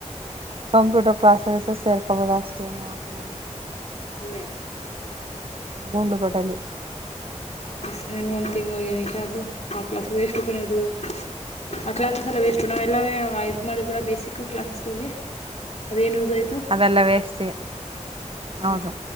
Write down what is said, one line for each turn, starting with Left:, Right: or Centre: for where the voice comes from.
Right: ಕಂಪ್ಯೂಟರ್ ಕ್ಲಾಸಸ್ ಸೇರ್ಕೋಬಹುದು ಅಷ್ಟೇನ ಆಕ್ಲ
Left: ಅಲ್ಲೇ
Right: ಗುಂಡ್ಲುಪೇಟೆ
Left: ಹಾಗ ಸ ಇನ್ನೊಂದು ತಿಂಗಂಳಿಗೆ ಏನಕ್ಕೆ ಅದು ಆ ಕ್ಲಾಸ್ ವೇಸ್ಟ್ ಕಣ್ಣೆ ಅದು ಆ ಕ್ಲಾಸಸ್ ಎಲ್ಲ ವೇಸ್ಟ್ು ನಾವ್ೆಲ್ಲ ಇದ್ ಮಾಡಿದ್ಲ್ಲ ಬೇಸಿಕ್ ಕ್ಲಾಸಸ್ ಹೋಗಿ ಅದೇನು ಯೂಸ್ ಆಯಿತು
Right: ಅವೆಲ್ಲ ವೇಸ್ಟೆ ಹೌದು
Left: ಇರು